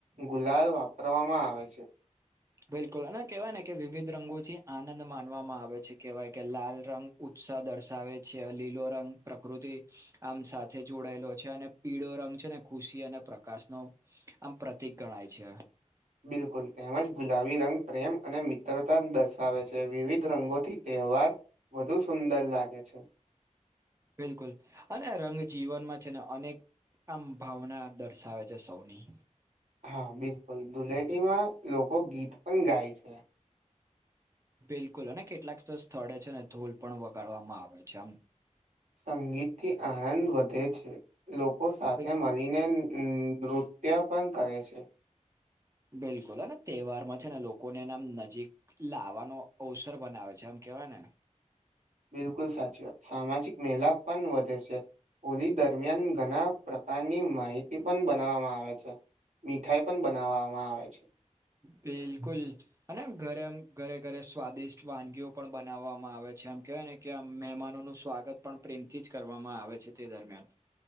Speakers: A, on the right (about 70°); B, on the right (about 25°).
A: ગુલાલ વાપરવામાં આવે છે.
B: બિલકુલ, અને કહેવાય ને કે વિવિધ રંગોથી આનંદ માનવામાં આવે છે, કેહેવાય કે લાલ રંગ ઉત્સાહ દર્શાવે છે, લીલો રંગ પ્રકૃતિ આમ સાથે જોડાયેલો છે, અને પીળો રંગ છે ને ખુશી અને પ્રકાશ નો આમ પ્રતિક ગણાય છે.
A: બિલકુલ, તેમજ ગુલાબી રંગ પ્રેમ અને મિત્રતા દર્શાવે છે, વિવિધ રંગોથી તહેવાર વધુ સુંદર લાગે છે.
B: બિલકુલ, અને રંગ જીવનમાં છે ને અનેક આમ ભાવના દર્શાવે છે સૌની.
A: હા બિલકુલ, ધુલેટીમાં લોકો ગીત પણ ગાય છે.
B: બિલકુલ, અને કેટલાક તો સ્થળે છે ને ઢોલ પણ વગાડવામાં આવે છે આમ.
A: સંગીત થી આહન વધે છે, લોકો સાથે
B: બિલ
A: મળ ળીને ન નૃત્ય પણ કરે છે.
B: બિલકુલ, અને તહેવારમાં છે ને લોકોને એનેમ નજીક લાવાનો અવસર બનાવે છે, એમ કેવાય ને.
A: બિલકુલ સાચી વાત, સામાજિક મેલા પણ વધે છે. હોલી દરમિયાન ઘણા પ્રકારની માહિતી પણ બનાવવામાં આવે છે. મીઠાઈ પણ બનાવવામાં આવે છે.
B: બિલકુલ. અને આમ ઘરે આમ ઘરે ઘરે સ્વાદિષ્ટ વાનગીઓ પણ બનાવવામાં આવે છે, એમ કેવાય ને કે આમ મહેમાનોનું સ્વાગત પણ પ્રેમથી જ કરવામાં આવે છે તે દરમિયાન.